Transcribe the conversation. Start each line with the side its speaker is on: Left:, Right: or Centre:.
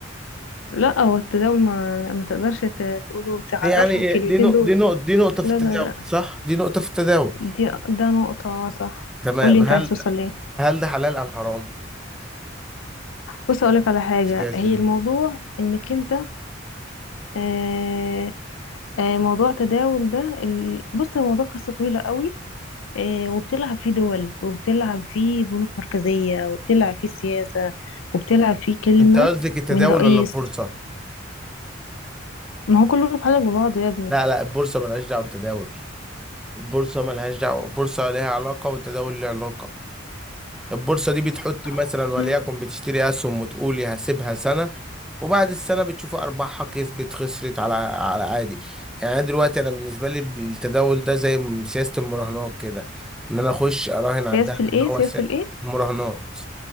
Left: لا هو التداول ما ما تقدرش ت- تقوله تعرفه
Centre: يعني إيه؟
Left: الكلمتين
Centre: دي نقطة
Left: دول
Centre: دي نقطة دي نقطة في
Left: لا
Centre: التداول
Left: لا لا
Centre: صح دي نقطة في التداول
Left: دي ده نقطة آه، صح
Centre: تمام
Left: قولي انت
Centre: هل
Left: عايز توصل ليه
Centre: هل ده حلال أم حرام
Left: بص اقولك على حاجة
Centre: السياسة
Left: هي
Centre: دي
Left: الموضوع انك انت آه آه موضوع تداول ده ال- بص الموضوع قصة طويلة قوي آه وبتلعب فيه دول وبتلعب فيه بنوك مركزية وبتلعب فيه سياسة وبتلعب فيه كلمة
Centre: انت قصدك التداول
Left: من رئيس
Centre: ولا البورصة؟
Left: ما هو كله متعلق ببعضه يا
Centre: لا لا البورصة ملهاش دعوة بالتداول البورصة ملهاش دعوة البورصة ليها علاقة والتداول ليه علاقة البورصة دي بتحطي مثلا
Left: ابني
Centre: وليكن بتشتري أسهم وتقولي هسيبها سنة وبعد السنة بتشوفي أرباحها كسبت خسرت على على عادي يعني أنا دلوقتي أنا بالنسبة لي التداول ده زي م- سياسة المراهنات كده إن أنا أخش أراهن على
Left: سياسة
Centre: الدهب
Left: الايه
Centre: إن هو
Left: سياسة
Centre: س-
Left: الايه
Centre: المراهنات